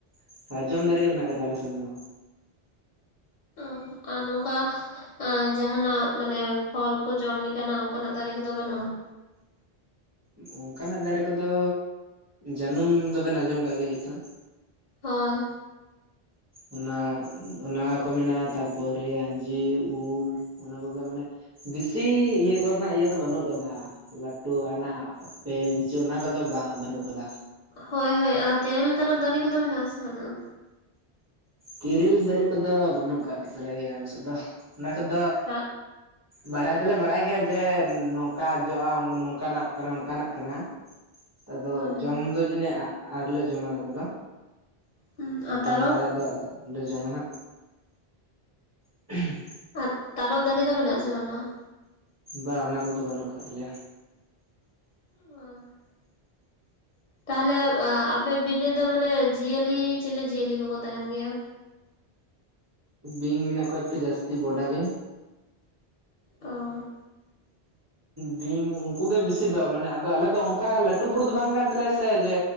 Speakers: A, on the right; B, on the left.
A: ᱥᱟᱨᱡᱚᱢ ᱫᱟᱨᱮ ᱜᱮ ᱢᱮᱱᱟᱜ ᱟᱠᱟᱫᱟ ᱟᱞᱮᱥᱱ ᱫᱚ᱾
B: ᱚ ᱟᱨ ᱱᱚᱝᱠᱟᱼᱼ ᱡᱟᱦᱟᱸᱱᱟᱜ ᱢᱟᱱᱮ ᱯᱷᱚᱞ ᱠᱚ ᱡᱚᱢ ᱞᱮᱠᱟᱱᱟᱜ ᱚᱱᱠᱟᱱᱟᱜ ᱫᱟᱨᱮ ᱠᱚᱫᱚ ᱵᱟᱹᱱᱩᱜᱼᱟ?
A: ᱚᱱᱠᱟᱱᱟᱜ ᱫᱟᱨᱮ ᱠᱚᱫᱚ ᱡᱟᱹᱱᱩᱢ ᱫᱚᱵᱮᱱ ᱟᱸᱡᱚᱢ ᱟᱠᱟᱫ ᱜᱮᱭᱟ ᱦᱳᱭᱛᱚ᱾
B: ᱦᱳᱭ
A: ᱚᱱᱟ ᱚᱱᱟᱠᱚ ᱢᱮᱱᱟᱜᱼᱟ ᱛᱟᱯᱚᱨᱮ ᱟᱧᱡᱤᱨ ᱩᱞᱼᱼ ᱚᱱᱟ ᱠᱚᱜᱮ ᱢᱟᱱᱮ ᱵᱤᱥᱤ ᱤᱭᱟᱹ ᱠᱚᱨᱮᱱᱟᱜ ᱤᱭᱟᱹ ᱫᱚ ᱵᱟᱹᱱᱩᱜ ᱟᱠᱟᱫᱟ ᱞᱟᱹᱴᱩ ᱟᱱᱟᱜᱼᱼ ᱯᱮᱞ ᱞᱤᱪᱩ ᱚᱱᱟ ᱠᱚᱫᱚ ᱵᱟᱝ-ᱟ ᱵᱟᱹᱱᱩᱜ ᱟᱠᱟᱫᱟ᱾
B: ᱦᱳᱭ ᱦᱳᱭ ᱟᱨ ᱛᱮᱨᱮᱞ ᱛᱟᱨᱚᱯ ᱫᱟᱨᱮ ᱠᱚᱫᱚ ᱢᱮᱱᱟᱜ ᱟᱥᱮ ᱵᱟᱹᱱᱩᱜᱼᱟ?
A: ᱠᱤᱨᱤᱞ ᱫᱟᱨᱮ ᱠᱚᱫᱚ ᱵᱟᱹᱱᱩᱜ ᱟᱠᱟᱫ ᱜᱮ ᱛᱟᱞᱮᱭᱟ ᱟᱞᱮᱥᱮᱫ ᱫᱚ ᱚᱱᱟ ᱠᱚᱫᱚᱼᱼ
B: ᱴᱟᱜᱼᱼ
A: ᱵᱟᱲᱟᱭ ᱫᱚᱞᱮ ᱵᱟᱲᱟᱭ ᱜᱮᱭᱟ ᱡᱮ ᱱᱚᱝᱠᱟ ᱡᱚᱜᱼᱟ ᱱᱚᱝᱠᱟᱱᱟᱜ ᱠᱟᱱᱟ ᱚᱱᱠᱟᱱᱟᱜ ᱠᱟᱱᱟ᱾ ᱟᱫᱚ
B: ᱦᱳᱭ ᱦᱳᱭ
A: ᱡᱚᱢ ᱫᱚ ᱡᱟᱹᱱᱤ ᱟᱶᱨᱤ ᱞᱮ ᱡᱚᱢ-ᱟ ᱟᱞᱮ ᱠᱚᱫᱚ᱾
B: ᱦᱩᱸ ᱟᱨ
A: ᱡᱚᱢ
B: ᱛᱟᱨᱚᱵ
A: ᱵᱟᱲᱟ ᱫᱚ ᱟᱞᱮ ᱡᱚᱢᱟ ᱦᱟᱸᱜ᱾ <inaudible>
B: ᱟᱨ ᱛᱟᱨᱚᱵ ᱫᱟᱨᱮ ᱫᱚ ᱢᱮᱱᱟᱜ ᱟᱥᱮ ᱵᱟᱹᱱᱩᱜᱼᱟ?
A: ᱵᱟ ᱚᱱᱟ ᱠᱚᱫᱚ ᱵᱟᱹᱱᱩᱜ ᱟᱠᱟᱫ ᱛᱟᱞᱮᱭᱟ᱾
B: ᱚ ᱛᱟᱦᱚᱞᱮ ᱟᱯᱮ ᱵᱤᱨ ᱨᱮᱫᱚ ᱢᱟᱱᱮ ᱡᱤᱭᱟᱹᱞᱤ ᱪᱤᱞᱤ ᱡᱤᱭᱟᱹᱞᱤ ᱠᱚᱠᱚ ᱛᱟᱦᱮᱱ ᱜᱮᱭᱟ᱾
A: ᱵᱤᱧ ᱢᱮᱱᱟᱜ ᱠᱚᱣᱟ ᱛᱚ ᱡᱟᱹᱥᱛᱤ ᱵᱚᱰᱟ ᱵᱤᱧ᱾
B: ᱚ
A: ᱵᱤᱧ ᱩᱱᱠᱩ ᱜᱮ ᱵᱮᱥᱤ ᱫᱚ ᱢᱟᱱᱮ ᱟᱫᱚ ᱟᱞᱮ ᱫᱚ ᱚᱱᱠᱟ ᱞᱟᱹᱴᱩ ᱵᱩᱨᱩ ᱫᱚ ᱵᱟᱝ ᱠᱟᱱ ᱛᱟᱞᱮᱭᱟ ᱥᱮ ᱡᱮᱼᱼ